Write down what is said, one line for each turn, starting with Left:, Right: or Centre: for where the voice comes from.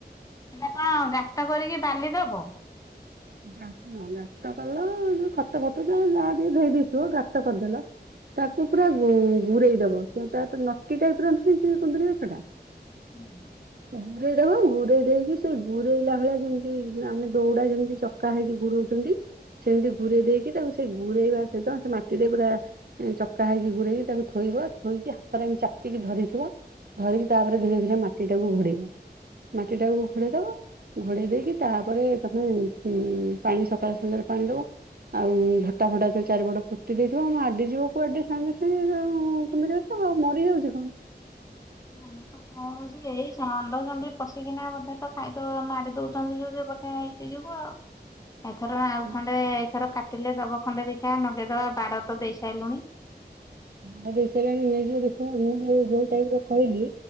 Left: ଏଇଟା କଣ ଗାତ କରିକି ବାଲି ଦବ।
Right: <unintelligible> ଗାତ କଲ ଯୋ ଖତ ଫତ ଯୋ ଯାହା ଟିକେ ଧେ ଦେଇଥିବ ଗାତ କରିଦେଲ ତାକୁ ପୁରା ଗୁରେଇ ଦବ। ସେଟା ତ ନଟି ଟାଇପ ର ନୁହଁ କୁନ୍ଦୁରି ଗଛଟା।
Left: ହୁଁ
Right: ଗୁରେଇଦବ ଗୁରେଇ ଦେଇକି ସେ ଗୁରେଇଲା ଭଳିଆ ଯେମିତି ଆମେ ଦୌଡା ଯେମିତି- କାହିଙ୍କି ଗୁଡ଼ଉ ଛନ୍ତି। ସେମିତି ଘୁରେଇ ଦେଇକି ତାକୁ ସେ ଗୁଡେଇବା ସହିତ ସେ ମାଟିରେ ପୁରା- ଚକା ହେଇକି ଗୁଡେଇକି ତାକୁ ଥୋଇବ ଥୋଇକି ହାତରେ ଏମିତି ଚାପିକି ଧରିଥିବ। ଧରିକି ତାପରେ ଧୀରେ ଧୀରେ ମାଟିଟାକୁ ଘୋଡେଇବ। ମାଟିଟାକୁ ଘୋଡେଇ ଦବ। ଘୋଡେଇ ଦେଇକି ତାପରେ ତମେ- ହୁଁ ପାଣି ସକାଳେ ସଞ୍ଜରେ ପାଣି ଦବ। ଆଉ ଝଟା ଫଟା ସେ ଚାରିପଟ ଫୋତି ଦେଇଥିବ ଆମ ଆଡି ଯିବ କୁଆଡେ ସାଙ୍ଗେ ସାଙ୍ଗେ ଆ କୁନ୍ଦୁରି ଗଛ। ହଁ ହଁ ମରିଯାଉଛି କଣ?
Left: ହଁ ମୁଁ ତ - ହଁ ସେ ଏଇ ଷଣ୍ଢ ସଣ୍ଢି ପଶିକିନା ବୋଧେ ତ ଖାଇଦ ମାଡି ଦଉଛନ୍ତି ଯୋଉ ବଧେ ହେଇକି ଯିବୁ ଆଉ। <inaudible> ଏଥର
Right: ଆସି
Left: ଆଉ ଖଣ୍ଡେ ଏଥର କାଟିଲେ ଦବ ଖଣ୍ଡେ ଦେଖିବା ଆ ନଗେଇଦବା ବାଡ ତ ଦେଇ ସାରିଲୁଣି।
Right: ବା ଦେ ସେ ନେଇଯିବ ଦେଖ ମୁଁ ଯୋଉ ଟାଇପରେ କହିଲି